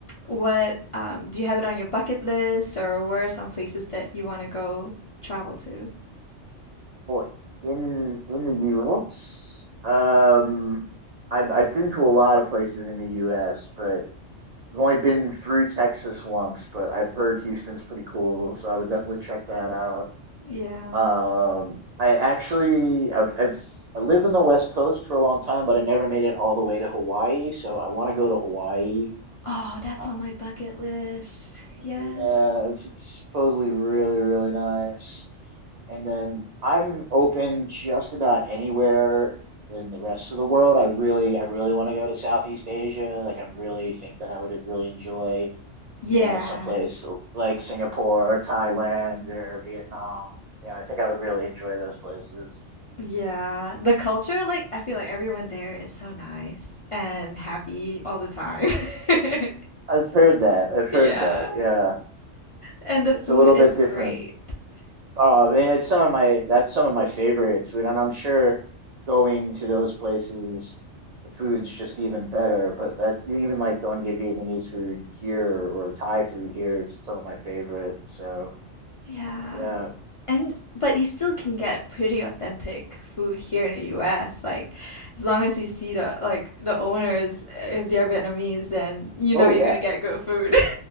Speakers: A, on the left; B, on the right.
A: what, um, do you have it on your bucket list or where are some places that you want to go travel to?
B: Boy, in in the U.S., um, I've I've been to a lot of places in the U.S., but I've only been through Texas once, but I've heard Houston's pretty cool, so I would definitely check that out.
A: Yeah.
B: Um, I actually I've I've I lived on the West Coast for a long time, but I never made it all the way to Hawaii, so I want to go to Hawaii.
A: Oh, that's
B: Uh,
A: on my bucket list. Yes.
B: yeah, it's it's supposedly really really nice. And then I'm open just about anywhere in the rest of the world. I really I really want to go to Southeast Asia. Like I'm really think that I would really enjoy
A: Yeah.
B: you know, someplace l- like Singapore or Thailand or Vietnam. Yeah, I think I would really enjoy those places.
A: Yeah. The culture, like, I feel like everyone there is so nice and happy all the time. <laughs>
B: I've heard that. I've
A: Yeah.
B: heard that. Yeah,
A: And the food
B: it's a little
A: is
B: bit different.
A: great.
B: Oh, I mean, it's some of my that's some of my favorite food, and I'm sure going to those places, the food's just even better. But that, even like going to get Vietnamese food here or Thai food here, it's some of my favorite. So
A: <laughs> Yeah.
B: yeah.
A: And but you still can get pretty authentic food here in the US. Like as long as you see the like the owners, if they're Vietnamese, then you
B: Oh
A: know you're
B: yeah.
A: gonna get good food.